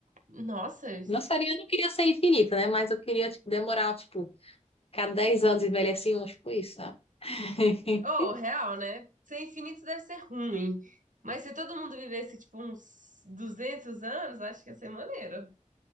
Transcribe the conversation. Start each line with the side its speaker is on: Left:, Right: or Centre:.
Right: nossa. isso-
Left: Não seria, eu não queria ser infinita, né? Mas eu queria, tipo, demorar, tipo, cada 10 anos envelhecer um, tipo isso, sabe? <laughs>
Right: Oh, real, né? Ser infinito deve ser ruim. Mas se todo mundo vivesse, tipo, uns 200 anos, acho que ia ser maneiro.